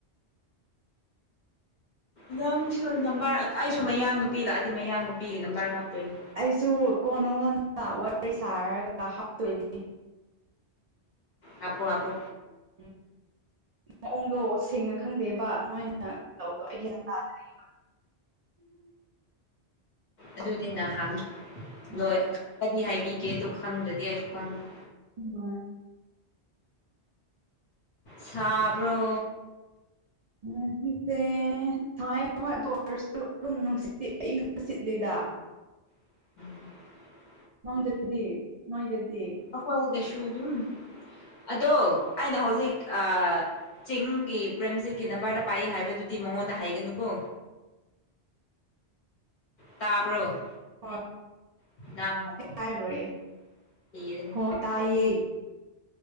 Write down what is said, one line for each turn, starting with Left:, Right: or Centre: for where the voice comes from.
Left: ꯅꯪꯁꯨ ꯅꯝꯕꯔ ꯑꯩꯁꯨ ꯃꯌꯥꯡ ꯅꯨꯄꯤ ꯂꯥꯛꯑꯗꯤ ꯃꯌꯥꯡ ꯅꯨꯄꯤꯒꯤ ꯅꯝꯕꯔ ꯍꯥꯞꯇꯣꯏꯅꯦ
Right: ꯑꯩꯁꯨ ꯀꯣ ꯅꯪꯉꯣꯟꯗ ꯋꯥꯔꯤ ꯁꯥꯔꯒ ꯍꯥꯞꯇꯣꯏꯅꯤ
Left: ꯍꯥꯞꯄꯣ ꯍꯥꯞꯄꯣ
Right: ꯎꯝ ꯃꯑꯣꯡꯗꯣ ꯁꯦꯡꯅ ꯈꯪꯗꯦꯕ ꯅꯣꯏꯅ ꯇꯧꯕꯗꯣ ꯑꯩ ꯒꯌ꯭ꯥꯟ ꯇꯥꯗ꯭ꯔꯤꯕ
Left: ꯑꯗꯨꯅꯤ ꯅꯍꯥꯟ
Right: ꯍꯣꯏ
Left: ꯂꯣꯏ ꯀꯗꯤ ꯍꯥꯏꯕꯤꯒꯦ ꯑꯗꯨ ꯈꯪꯗ꯭ꯔꯗꯤ ꯑꯩꯁꯨ ꯈꯪꯗ꯭ꯔꯦ
Right: ꯎꯝ ꯃꯥꯅꯦ
Left: ꯁꯥꯕ꯭ꯔꯣ
Right: ꯉꯁꯤꯁꯦ ꯁꯥꯏ ꯑꯗꯨ ꯑꯣꯏꯔꯁꯨ ꯑꯗꯨꯝ ꯅꯨꯡꯁꯤꯠ ꯏꯌꯤꯡꯕ ꯁꯤꯠꯂꯦꯗꯥ
Left: <unintelligible>
Right: ꯃꯪꯗꯗꯤ ꯅꯣꯏꯗꯗꯤ
Left: ꯑꯩꯈꯣꯏꯗꯁꯨ ꯑꯗꯨꯝ ꯑꯗꯣ ꯑꯩꯅ ꯍꯧꯖꯤꯛ ꯑ ꯆꯤꯡꯒꯤ ꯄ꯭ꯔꯦꯝꯖꯤꯠꯀꯤ ꯅꯝꯕꯔꯗ ꯄꯥꯏ ꯍꯥꯏꯕꯗꯨꯗꯤ ꯃꯉꯣꯟꯗ ꯍꯥꯏꯒꯅꯨꯀꯣ ꯇꯥꯕ꯭ꯔꯣ
Right: ꯍꯣꯏ
Left: <unintelligible>
Right: ꯍꯥꯏꯔꯣꯏ ꯍꯣꯏ ꯇꯥꯏꯌꯦ